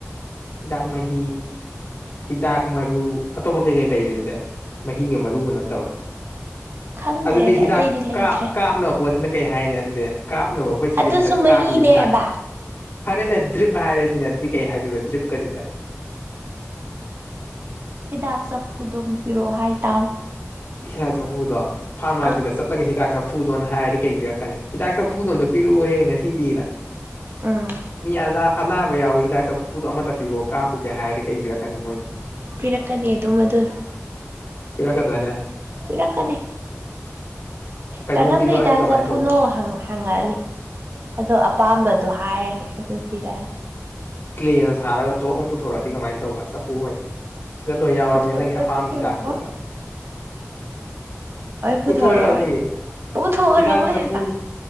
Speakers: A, on the left; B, on the right.
A: ꯍꯤꯗꯥꯛ ꯃꯍꯤ ꯍꯤꯗꯥꯛ ꯃꯔꯨ ꯑꯇꯣꯞꯄ ꯀꯩꯀꯩ ꯂꯩꯔꯦ ꯑꯗꯨꯗꯤ ꯃꯍꯤꯒ ꯃꯔꯨꯒ ꯅꯠꯇꯕ
B: ꯈꯪꯗ꯭ꯔꯦꯗ
A: ꯑꯗꯨꯗꯤ ꯍꯤꯗꯥꯛꯥꯞ
B: ꯑꯇꯩꯗꯤ ꯂꯩꯇ꯭ꯔꯦ
A: ꯀꯥꯞꯅꯕ ꯄꯣꯠꯁꯤꯅ ꯀꯩ ꯍꯥꯏꯅꯤ ꯑꯗꯨꯗꯤ ꯀꯥꯞꯅꯕ ꯑꯩꯈꯣꯏ ꯁꯤꯔꯤꯟꯇꯡ
B: ꯑꯗꯨꯁꯨ ꯃꯍꯤꯅꯦ
A: ꯀꯥꯞꯄꯤꯕ ꯍꯤꯗꯥꯛꯇꯤ
B: ꯍꯥꯏꯕ
A: ꯐꯔꯦꯅꯦ ꯗ꯭ꯔꯤꯞ ꯍꯥꯏꯔꯦꯁꯤꯅꯦ ꯑꯗꯨꯗꯤ ꯀꯩ ꯍꯥꯏꯗꯣꯏꯕ ꯗ꯭ꯔꯤꯞꯀꯁꯤꯗꯤ
B: ꯍꯤꯗꯥꯛ ꯆꯐꯨꯗꯣ ꯄꯤꯔꯛꯑꯣ ꯍꯥꯏꯇꯥꯃꯤ
A: ꯍꯤꯗꯥꯛ ꯆꯐꯨꯗꯣ ꯐꯥꯔꯃꯥꯁꯤꯗ
B: ꯑꯥ
A: ꯆꯠꯂꯒ ꯍꯤꯗꯥꯛ ꯆꯐꯨꯗꯣꯅ ꯍꯥꯏꯔꯗꯤ ꯀꯩ ꯄꯤꯔꯛꯀꯅꯤ ꯍꯤꯗꯥꯛ ꯆꯐꯨꯗꯣ ꯑꯝꯇꯥ ꯄꯤꯔꯛꯎꯍꯦ ꯉꯁꯤꯗꯤꯅ
B: ꯎꯝ
A: ꯃꯤ ꯑꯅꯥ ꯑꯅꯥꯕ ꯌꯥꯎꯋꯤ ꯍꯤꯗꯥꯛ ꯆꯐꯨꯗꯣ ꯑꯃꯠꯇ ꯄꯤꯔꯣ ꯀꯥꯞꯄꯨꯒꯦ ꯍꯥꯏꯔꯗꯤ ꯀꯩꯄꯤꯔꯛꯀꯅꯤ ꯃꯣꯏꯅ
B: ꯄꯤꯔꯛꯀꯅꯤ ꯑꯗꯨꯝ ꯑꯗꯨꯗꯣ
A: ꯄꯤꯔꯛꯀꯗ꯭ꯔꯥꯅꯦ
B: ꯄꯤꯔꯛꯀꯅꯤ
A: ꯀꯩꯅꯣꯝ
B: ꯀꯔꯝꯕ
A: ꯄꯤꯔꯛꯑꯗꯤ
B: ꯍꯤꯗꯥꯛ
A: ꯀꯃꯥꯏꯅ
B: ꯆꯥꯐꯨꯅꯣ
A: ꯇꯧꯕ
B: ꯍꯪꯉꯛꯑꯥ ꯍꯪꯉꯛꯑꯅꯤ ꯑꯗꯣ ꯑꯄꯥꯝꯕꯗꯣ ꯍꯥꯏꯔꯅꯤ ꯑꯗꯨ ꯄꯤꯔꯛꯑꯅꯤ
A: ꯀ ꯀ꯭ꯂꯦꯅ ꯁꯥꯔꯒ ꯗꯣꯣꯛ ꯑꯃ ꯄꯨꯊꯣꯔꯛꯑꯗꯤ ꯀꯃꯥꯏꯅ ꯇꯧꯕ ꯎꯄꯨ ꯑꯣꯏꯅ ꯁꯤꯗ ꯂꯣꯏ ꯌꯥꯎꯔꯕꯅꯤ
B: ꯄꯨꯊꯣꯔꯛꯑꯣꯏ
A: ꯅꯪꯒꯤ ꯑꯄꯥꯝꯕ
B: ꯄꯨꯊꯣꯔꯛꯑꯣꯏ
A: ꯍꯤꯗꯥꯛꯇꯣꯅ
B: ꯄꯨꯊꯣꯔꯛꯑꯣꯏ
A: ꯄꯨꯊꯔꯗꯤ
B: ꯄꯨꯊꯣꯔꯛꯑꯣꯏ ꯄꯨꯊꯣꯛꯑꯔꯣꯏ
A: ꯍꯤꯗꯥꯛ ꯆ
B: ꯍꯥꯏꯕ
A: ꯐꯨ